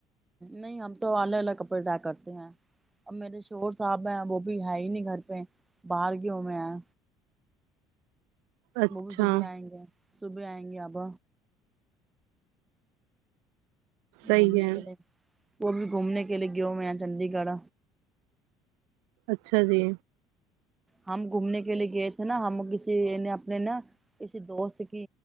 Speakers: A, on the right (about 15°); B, on the right (about 70°).
A: نہیں ہم تو الگ الگ کپڑے طے کرتے ہیں اب میرے شور صاحب ہیں وہ بھی ہے ہی نہیں گھر پہ باہر گئے ہوئے ہے
B: اچھا
A: وہ بھی صبح آئیں گے صبح آئیں گے آب
B: صحیح
A: گھومنے
B: ہے
A: کے لیے وہ بھی گھومنے کے لیے گیا ہوئے ہیں چنڈی گڑھ
B: اچھا جی
A: ہم گھومنے کے لیے گئے تھے نا ہم کسی اپنے نا کسی دوست کی